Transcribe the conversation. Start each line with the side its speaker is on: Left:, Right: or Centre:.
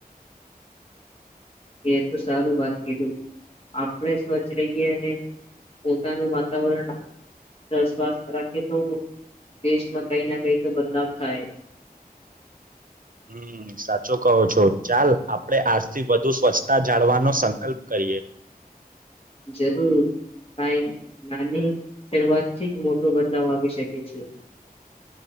Left: એ તો સારું વાત કીધું આપણે સ્વચ્છ રહીએ અને પોતાનું વાતાવરણ સ્વસ્થ રાખીએ તો દેશમાં કઈ ના કઈ તો બદલાવ થાય
Right: હમ સાચો કહો છો, ચાલ આપણે આજથી વધુ સ્વચ્છતા જાળવાનો સંકલ્પ કરીએ,
Left: જરૂર કઈ નાની શરૂઆતથી જ મોટો બદલાવ આવી શકે છે.